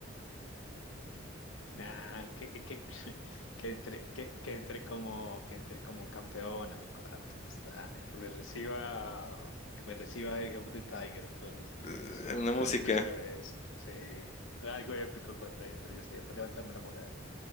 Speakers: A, on the left; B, on the left.
A: Nah, que, que, que <laughs> entre, que, que entre como, que entre como un campeón a mi cuarto, ya está. Que me reciba, que me reciba Eye of the Tiger todos los días.
B: <laughs> Una música.
A: <laughs> Prefiero eso, sí. Algo épico cuando entre, ya sé, para levantarme la moral.